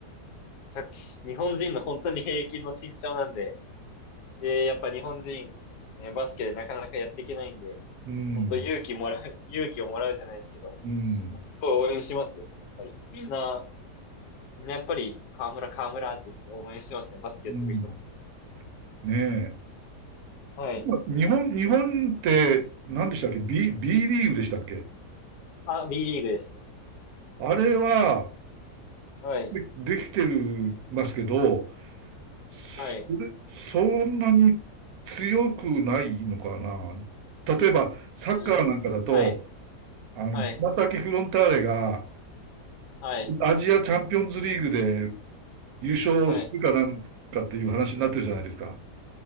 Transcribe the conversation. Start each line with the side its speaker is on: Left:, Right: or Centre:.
Left: 1日本人の本当に平均の身長なんで、で、やっぱ日本人、ね、バスケでなかなかやっていけないんで、
Right: うん、
Left: 本当勇気もらう、<laughs> 勇気をもらうじゃないですけど、
Right: うん、
Left: すごい応援しますよ、やっぱり。みんな、みんなやっぱり、河村、河村って言って応援してますね、バスケやってる人も。
Right: うん。ねえ。
Left: はい。
Right: ま日本、日本って、何でしたっけ ?B、B リーグでしたっけ
Left: あ、B リーグですね。
Right: あれは、
Left: はい。
Right: で、できてる、ますけど、それ、
Left: はい。
Right: そんなに強くないのかな例えば、サッカーなんかだと、
Left: うーん、はい。
Right: あの、
Left: はい。
Right: 川崎フロンターレが、
Left: はい。
Right: アジアチャンピオンズリーグで優勝するかなんかっていう話になってるじゃないですか。
Left: はい。